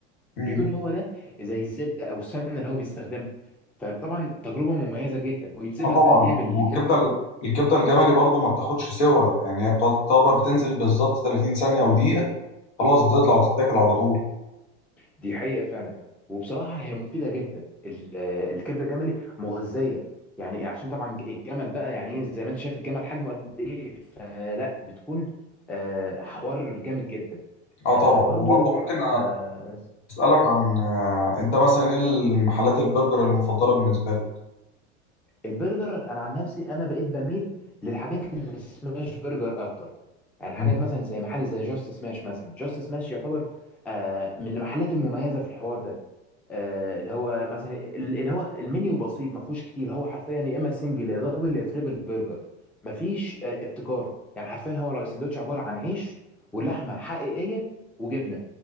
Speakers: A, on the left; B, in the centre.
A: مم.
B: بيكون هو ده زي الزبده او السمنه اللي هو بيستخدمها فطبعا تجربه مميزه جدا وينزل
A: اه
B: لك
A: طبعا
B: بقى ايه بالكبده
A: والكبده ال- الكبده الجملي برضو ما بتاخدش سوا يعني هي بتعتبر بتنزل بالظبط 30 ثانيه او دقيقه خلاص بتطلع وتتاكل على طول
B: دي حقيقة فعلا وبصراحة هي مفيدة جدا ال- الكبدة الجملي مغذية يعني عشان طبعا الجمل بقى يعني ايه زي ما انت شايف الجمل حجمه قد ايه فلا بتكون آه، حوار جامد جدا
A: اه طبعا
B: آه، برضو
A: وبرضه ممكن
B: آه،
A: أسألك عن آه، أنت مثلا إيه المحلات البرجر المفضلة بالنسبة لك؟
B: البرجر انا عن نفسي انا بقيت بميل للحاجات اللي سماش برجر اكتر يعني حاجات
A: مم.
B: مثلا زي محل زي جاست سماش مثلا جاست سماش يعتبر آه، من المحلات المميزة في الحوار ده آه، اللي هو مثلا اللي هو المنيو بسيط ما فيهوش كتير هو حرفيا يا اما سنجل يا دبل يا تريبل برجر ما فيش آه، ابتكار يعني حرفيا هو لو السندوتش عباره عن عيش ولحمه حقيقيه وجبنه